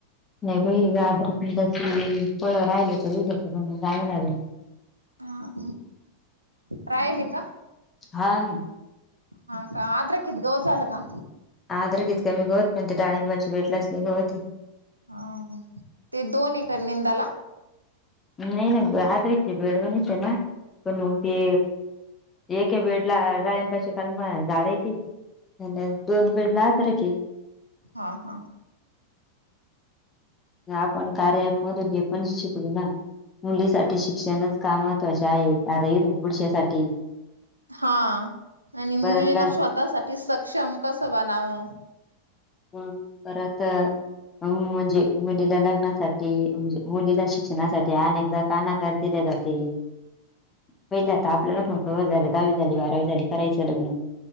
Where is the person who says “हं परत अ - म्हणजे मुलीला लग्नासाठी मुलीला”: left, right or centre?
Left